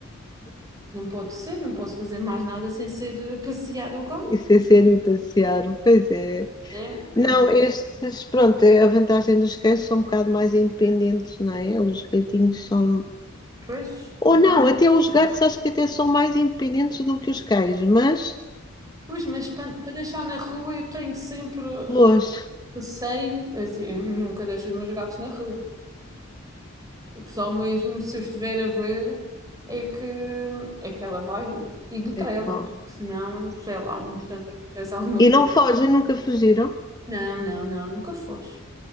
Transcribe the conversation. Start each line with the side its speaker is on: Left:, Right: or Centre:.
Right: Não pode ser, não posso fazer mais nada sem ser eh, passear o gato.
Left: e sem serem passear. Pois é.
Right: É, mas
Left: Não, estes, pronto, é a vantagem dos cães são um bocado mais independentes, não é? Os gatinhos são.
Right: pois,
Left: Ou não, até os gatos acho que até são mais independentes do que os cães, mas
Right: pois, mas para, para deixar na rua eu tenho sempre eh,
Left: longe.
Right: receio, assim, eu nunca deixo os meus gatos na rua. Eh, só mesmo se eu estiver a ver é que, é que ela vai e, e de trela,
Left: É que vão.
Right: porque senão, sei lá, não instante acontece alguma
Left: E
Right: coisa.
Left: não fogem, nunca fugiram.
Right: Não, não, não, nunca foste.